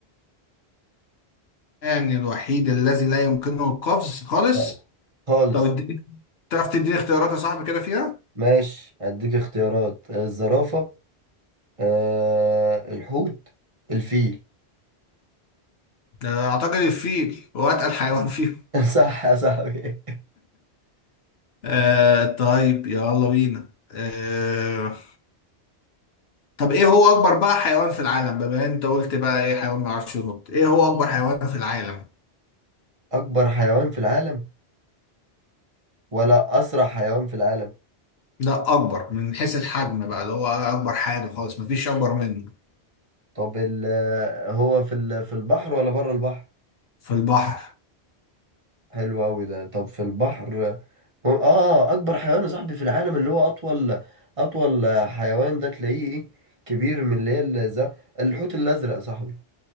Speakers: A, on the left; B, on the right.
A: يعني الوحيد الذي لا يمكنه القفز خالص
B: لا، خالص
A: طب اديني تعرف تديني اختيارات يا صاحبي كده فيها
B: ماشي هديك اختيارات آه، الزرافه آه الحوت الفيل
A: آه، اعتقد الفيل هو اتقل حيوان فيهم
B: <laughs> صح يا صاحبي
A: آه طيب يلا بينا آه طب ايه هو اكبر بقى حيوان في العالم بما إن انت قلت بقى ايه حيوان ما بيعرفش ينط ايه هو اكبر حيوان في العالم
B: أكبر حيوان في العالم ولا أسرع حيوان في العالم
A: لا اكبر من حيث الحجم بقى اللي هو اكبر حاجه خالص مفيش اكبر منه
B: طب ال هو في ال في البحر ولا بره البحر
A: في البحر
B: حلو أوي ده طب في البحر هو- آه أكبر حيوان يا صاحبي في العالم اللي هو أطول أطول حيوان ده تلاقيه إيه كبير من اللي هي ال- ز- الحوت الأزرق يا صاحبي